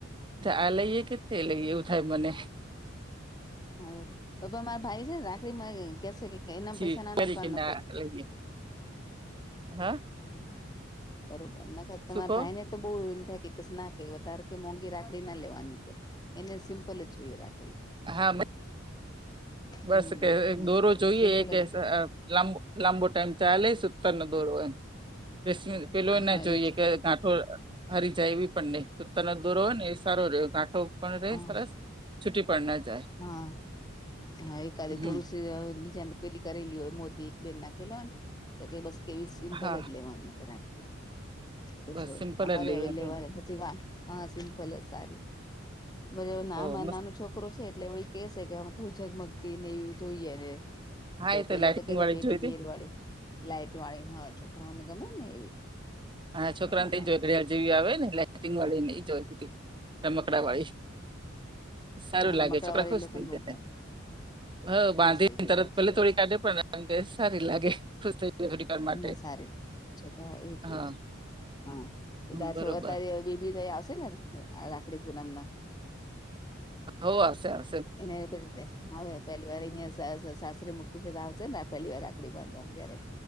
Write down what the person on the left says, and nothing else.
હા તો મારા ભાઈ છે રાખડી કેશે કે એનામ
પૈસા ના
નાખવા
ન.
હા બરોબર નખ તમારા
ભાઈ ને. તો બહુ થાય કેસ ના કે વધારે કે મોંઘી રાખડી ના લેવાની કે. એને સિમ્પલ જ જોઈએ રાખડી.
હમ
એજ
સિમ્પલ
જ
હા
એજ
હા
હા હા એાદ
થોડુંસી નીચાને. પેલી કરેલી હોય મોતી એક બેહેન ના કેલો ને તો કે બસ કેવી સિમ્પલ
જ લેવાની કે રાખડી? એ તો
છે
અમારે
અવેલેબલ
પછી વા હા સિમ્પલ સારી. બ ના
મા
નાનું છોક. એટલે એ એ કે છે કે આમાં થોું ઝગમગતી ને એવી જોઈએ ને.
તે
પેલા
તો કેતો
ટેડી
બેર વાળી. લાઈટ વાળી ના હોય છોકરાઓને ગમે ને એવી.
એટલા માટે
હા રમકડા
વાળી
લોકોને
બહુ
ગમે
ખુશ થઈ જાય
સાચી
વાત
ના સારી છોકરા એ.
હા ત
છ અતારી બેબી તો આવશે ને રાખડી પૂનમ ના.
એને પીતે હ. પહેલી વાર અહિયાં સાસરે મૂકી છે તો આવશે ને આ પહેલી વાર રાકડી બાંધવા ઘરે.